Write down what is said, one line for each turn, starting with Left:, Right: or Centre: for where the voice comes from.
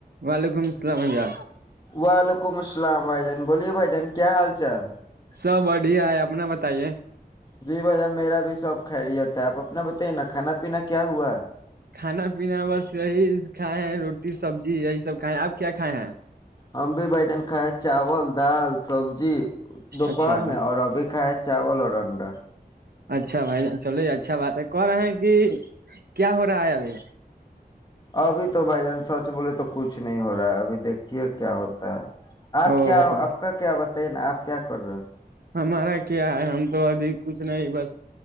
Right: وعلیکم السلام ج ہاں <inaudible>
Left: وعلیکم السلام بھائی جان بوولے بھائی جان کیا حال چال
Right: سب بڑھیا ہے اپنا بتائیے
Left: جی بھائییا میرا بھی سب کھا رہی تھا آپ اپنا بتائیے نا کھانا پینا کیا ہوا
Right: کھانا پینا بس یہی کھائے ہیں روٹی سبزی یہی سب کھائے ہیں آپ کیا کھائے ہیں
Left: ہم بھی بائی جان کھ چاول دال سبزی دوپہر
Right: اچھا
Left: میں اور ابھی کھائے چاول اور انڈا
Right: اچھا بھائی چلو یہ اچھا بات ہے کہ رہے ہیں کہ کیا ہو رہا ہے ابھی
Left: ابھی تو بھ جان سچ بولے تو کچھ نہیں ہو رہا ہے ابھی دیکھیے کیا ہوتا ہے آپ
Right: او
Left: کیا آپ کا کیا بتائیے نا آپ کیا کر رہا
Right: ہمارا کیا ہے ہم تو ابھی کچھ نہیں بس